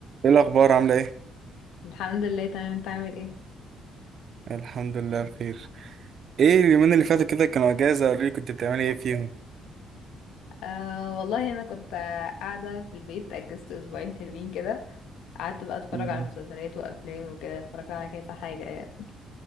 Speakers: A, on the right; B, on the left.
A: ايه الاخبار عامله ايه
B: الحمد لله تمام انت عامل ايه
A: الحمد لله بخير ايه اليومين اللي فاتوا كده كانوا اجازه قولي لي كنت بتعملي ايه فيهم
B: آه والله انا كنت آه، قاعده في البيت اجزت اسبوعين حلوين كده قعدت بقى اتفرج
A: مم.
B: على مسلسلات وافلام وكده اتفرجت على كذا حاجه يعني.